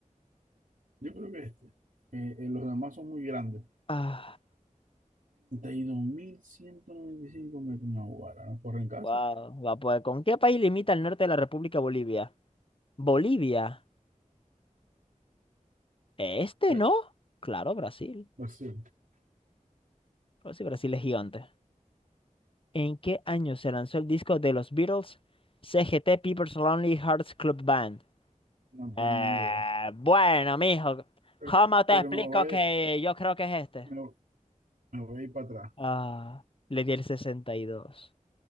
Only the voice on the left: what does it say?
Ah,
wow, va a poder. ¿Con qué país limita el norte de la República Bolivia? Bolivia. Este
no. Claro, Brasil.
Pues sí, Brasil es gigante. ¿En qué año se lanzó el disco de los Beatles, CGT People's Lonely Hearts Club Band?
Eh,
bueno, mijo,
¿cómo te
explico
que yo creo que es este?
Ah, le di el 62.